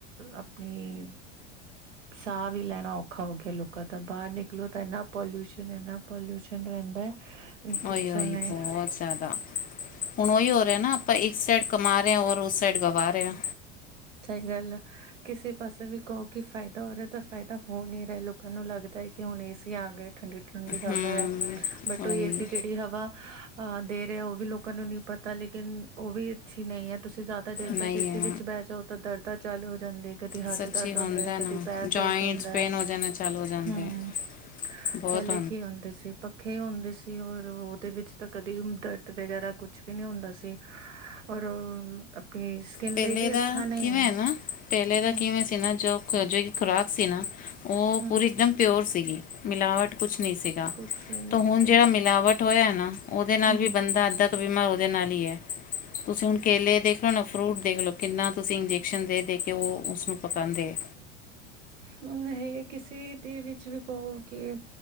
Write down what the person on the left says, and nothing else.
ਉਹੀ-ਉਹੀ
ਬਹੁਤ ਜ਼ਿਆਦਾ। ਹੁਣ ਉਹੀ ਹੋ ਰਿਹਾ ਨਾ ਆਪਾਂ ਸਾਈਡ ਕਮਾ ਰੇਆਂ। ਔਰ ਉਸ ਸਾਈਡ ਗਵਾ ਰਹੇਆ।
ਹੂੰ
ਉਹੀ
ਨਹੀਂ
ਹੈ
ਸੱਚੀ
ਹੁੰਦਾ
ਨਾ,
ਜੁਆਇੰਟਸ
ਪੇਨ
ਹੋ ਜਾਂਦੇ ਚਾਲੂ ਹੋ ਜਾਂਦੇ
ਆ। ਬੋਤ
ਪਹਿਲੇ
ਦਾ ਕਿਵੇਂ
ਹੈ ਨਾ, ਪੈਲੇ ਦਾ
ਕਿਵੇਂ ਸੀ ਨਾ, ਜੋ ਜੋ ਖੁਰਾਕ ਸੀ ਨਾ ਓ
ਪੂਰੀ ਇੱਕਦਮ ਪਿਓਰ ਸੀਗੀ, ਮਿਲਾਵਟ ਕੁਛ ਨਈਂ ਸੀਗਾ।
ਤੇ ਹੁਣ
ਜੇੜਾ ਮਿਲਾਵਟ ਹੋਇਆ ਨਾ, ਓਦੇ ਨਾਲ
ਵੀ ਬੰਦਾ ਅੱਧ ਬੀਮਾਰ ਓਦੇ ਨਾਲ ਹੀਏ। ਤੁਸੀਂ ਹੁਣ ਕੇਲੇ ਦੇਖ ਲਓ ਨਾ ਫਰੂਟ ਦੇਖ ਲਓ ਕਿੰਨਾ ਤੁਸੀਂ ਇੰਜੈਕਸ਼ਨ ਦੇ-ਦੇ ਕੇ ਓ ਉਸਨੂੰ ਪਕਾਉਂਦੇਆਂ।